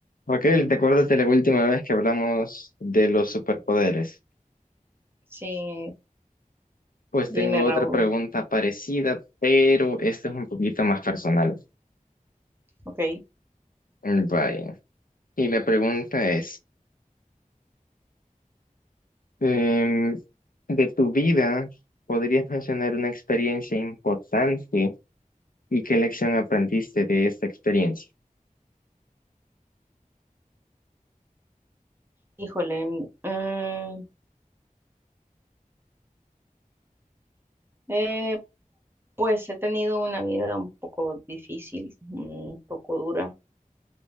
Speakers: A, on the left; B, on the right.
A: Raquel, ¿te acuerdas de la última vez que hablamos de los superpoderes?
B: Sí,
A: Pues
B: dime,
A: tengo
B: Raúl.
A: otra pregunta parecida, pero esta es un poquito más personal.
B: Ok.
A: Mm, Vaya. Y la pregunta es, em, de tu vida, ¿podrías mencionar una experiencia importante y qué lección aprendiste de esta experiencia?
B: Híjole. mm, mm, eh, pues he tenido una vida un poco difícil, un poco dura,